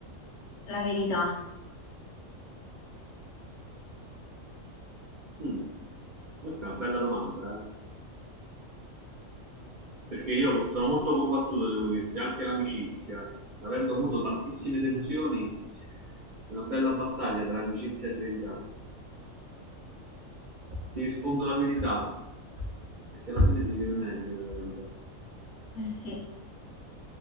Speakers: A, on the left; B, on the right.
A: la verità.
B: mm. Questa è una bella domanda, eh. perché io sono molto combattuto, devo dirti, anche l'amicizia, avendo avuto tantissime delusioni, è una bella battaglia tra amicizia e verità. Ti rispondo la verità, perché alla fine si vive meglio nella verità.
A: Eh sì.